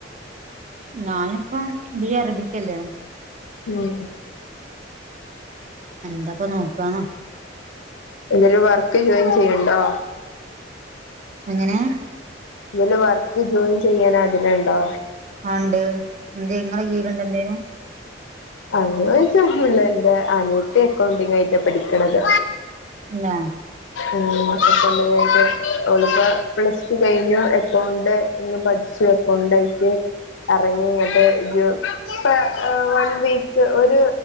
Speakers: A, on the right; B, on the left.
A: ഞാനിപ്പം ബി എ അറബിക്കല്ലേ
B: ഉം
A: എന്താപ്പ നോക്കാണോ
B: എന്തേലും വർക്ക് ജോയിൻ ചെയ്യണ്ടോ
A: എങ്ങനെ
B: എന്തേലും വർക്ക് ജോയിൻ ചെയ്യാ ആഗ്രഹമുണ്ടോ
A: ആ ഉണ്ട് എന്ത ഇങ്ങളെ കീഴിലുണ്ടോ എന്തേലും
B: അങ്ങനോയിച്ച ഒന്നൂല്ല എൻറെ അനിയത്തി അക്കൗണ്ടിങ് ആയിട്ട് പഠിക്കണത്
A: ആ
B: ആ <unintelligible> അവളിപ്പ പ്ലസ് ടു കഴിഞ്ഞു അക്കൗണ്ടിങ് പഠിച്ചു ക്ക് അക്കൗണ്ടായിട്ട് ഇറങ്ങിയത് ജോ ഇപ്പൊ വൺ വീക്ക് ഒരു